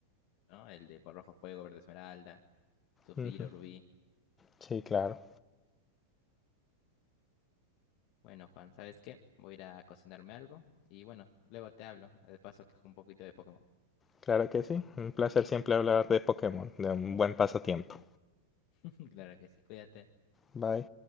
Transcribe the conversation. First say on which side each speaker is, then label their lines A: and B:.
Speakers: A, on the left; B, on the left.
A: ¿no? El de rojo fuego, verde esmeralda, zafiro,
B: Ujú.
A: rubí.
B: Sí, claro,
A: Bueno, Juan, ¿sabes qué? Voy a ir a cocinarme algo y bueno, luego te hablo. De paso, que juego un poquito de Pokémon.
B: claro que sí. Un placer siempre hablar de Pokémon, de un buen pasatiempo.
A: <laughs> Claro que sí, cuídate.
B: Bye.